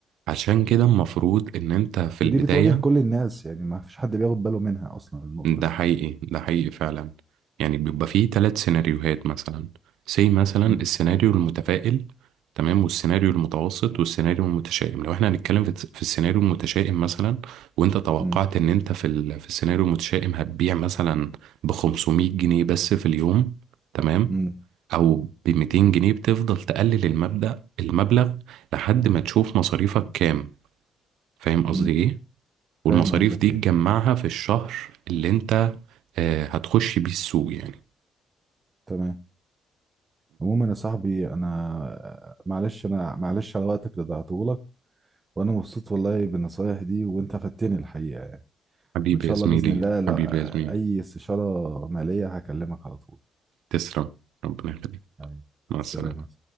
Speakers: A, on the right; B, on the right.
A: عشان كده المفروض ان انت في البداية
B: ودي بتواجه كل الناس يعني ما فيش حد بياخد باله منها أصلا النقطة
A: ده
B: دي
A: حقيقي ده حقيقي فعلا يعني بيبقى فيه ثلاث سيناريوهات مثلا سي مثلا
B: مم.
A: السيناريو المتفائل تمام والسيناريو المتوسط والسيناريو المتشائم لو احنا هنتكلم في في السيناريو المتشائم مثلا وانت توقعت
B: مم.
A: ان انت في ال... في السيناريو المتشائم هتبيع مثلا ب 500 جنيه بس في اليوم تمام
B: مم.
A: او ب 200 جنيه بتفضل تقلل المبدأ المبلغ لحد ما تشوف مصاريفك كام فاهم قصدي
B: مم.
A: ايه والمصاريف
B: فاهم قصدك
A: دي
B: ايه
A: تجمعها في الشهر اللي انت آه، هتخش بيه السوق يعني
B: تمام عموما يا صاحبي انا معلش انا معلش على وقتك اللي ضيعته لك وانا مبسوط والله بالنصايح دي وانت فدتني الحقيقه يعني
A: حبيبي
B: وان شاء
A: يا زميلي
B: الله باذن الله لو
A: حبيبي يا زميلي
B: اي استشاره ماليه هكلمك على طول
A: تسلم ربنا يخليك
B: حبيبي مع
A: مع
B: السلامه
A: السلامة